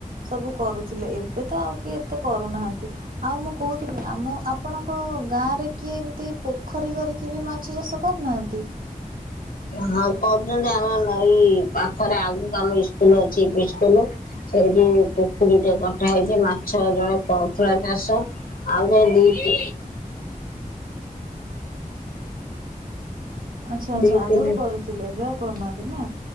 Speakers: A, on the right; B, on the left.
A: ସବୁ କରୁଥିଲେ। ଏବେ ତ ଆଉ କିଏ ଏତେ କରୁନାହାନ୍ତି। ଆଉ ମୁଁ କହୁଥିଲି ଆମ ଆପ୍ ଆପଣଙ୍କ ଗାଁରେ କିଏ ଏମିତି ପୋଖରୀ କରିକି ବି ମାଛ ଚାଷ କରିନାହାନ୍ତି?
B: ହଁ କରୁଚନ୍ତି ଆମ ନଈ ପାଖରେ ଆଗକୁ ଆମ ଇସ୍କୁଲୁ ଅଛି ଇସ୍କୁଲୁ ସେଇଠି ପୋଖରୀ ଟେ କଟା ହେଇଚି ମାଛ ଜଣେ କରୁଥୁଲା ଚାଷ। ଆଉ କାଇଁ ଦି ତି
A: ଆଚ୍ଛା ଆଚ୍ଛା
B: ଦି
A: ଆଗରୁ
B: ତିନି
A: କରୁଥିଲେ ଏବେ ଆଉ କରୁନାହାନ୍ତି ନା।